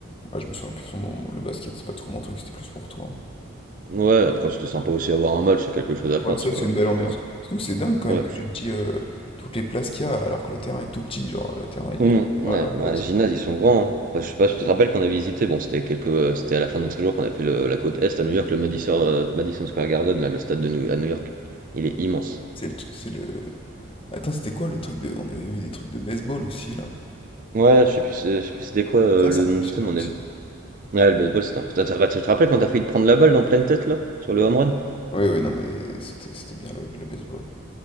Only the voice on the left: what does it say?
Ah, je me souviens plus, son nom. le basket, c'est pas trop mon truc, c'était plus pour toi. hein.
Ouais, c'est
vrai que
c'est une
belle ambiance.
Surtout que c'est dingue quand
même que tu te dis euh, toutes les places qu'il y a alors que le terrain est tout petit. Genre, le terrain, il
est il
paraît vraiment
petit.
C'est le, t- c'est le... Attends, c'était quoi le truc de... On avait eu des trucs de baseball aussi, là.
Ça, c'est
impressionnant
aussi.
Oui, oui, non, mais c'était c'était bien le, le baseball.